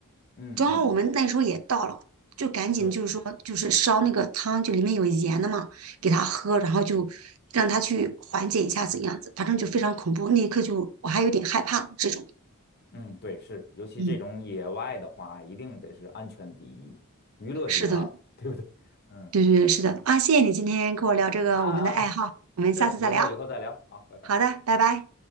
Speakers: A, on the left (about 45°); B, on the right (about 70°).
A: 嗯嗯嗯，
B: 正好我们那时候也到了，就赶紧就是说就是烧那个汤，
A: 对，
B: 就里面有盐的嘛，给他喝，然后就让他去缓解一下怎样子，反正就非常恐怖。那一刻就我还有点害怕这种。
A: 嗯对是，尤其这种野外的话，
B: 嗯，
A: 一定得是安全第一，娱乐第二，
B: 是的，
A: 对不对？嗯。
B: 对对对，是的啊，
A: 行
B: 谢谢你今天跟我聊这个我们的爱好，
A: 啊啊啊！
B: 我们下次再聊。
A: 是，以后以后再聊啊，拜拜。
B: 好的，拜拜。